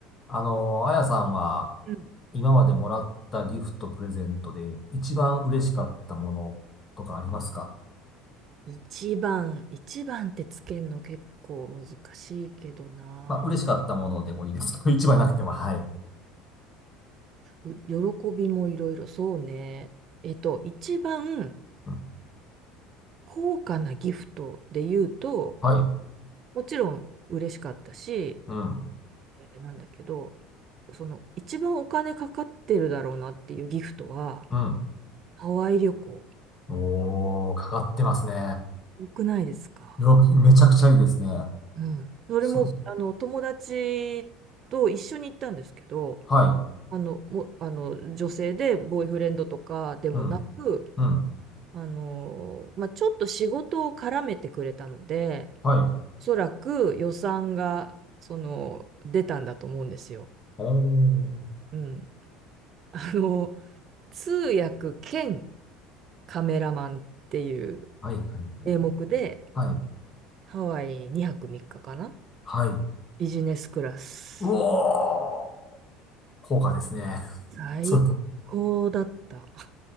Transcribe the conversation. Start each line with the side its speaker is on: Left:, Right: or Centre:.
Left: あの、あやさんは
Right: うん
Left: 今までもらったギフト、プレゼントで一番嬉しかったものとかありますか
Right: 一番、一番ってつけるの結構難しいけどな。
Left: まあ、嬉しかったものでもいいですけど、<laughs> 一番なくても、はい。
Right: う喜びもいろいろ、そうね。えっと、一番
Left: うん
Right: 高価なギフトで言うと、
Left: はい。
Right: もちろん嬉しかったし、
Left: うん。
Right: えーなんだけど、その一番お金かかってるだろうなっていうギフトは、
Left: うん。
Right: ハワイ旅行。
Left: おー、かかってますね。
Right: 多くないですか
Left: よく、めちゃくちゃいいですね。
Right: うん。それも、
Left: す、
Right: あの、友達と一緒に行ったんですけど、
Left: はい。
Right: あの、も、あの、女性でボーイフレンドとかでもなく、
Left: うん。うん。
Right: あの、まあ、ちょっと仕事を絡めてくれたので、
Left: はい。
Right: おそらく予算が、その、出たんだと思うんですよ。
Left: おー。
Right: うん。<laughs> あの、通訳兼カメラマンっていう
Left: はい、はい、はい、
Right: 名目で、
Left: はい。はい。
Right: ハワイ2泊3日かかな
Left: はい。
Right: ビジネスクラス。
Left: うおー。高価ですね。
Right: 最高だった。
Left: <laughs> それ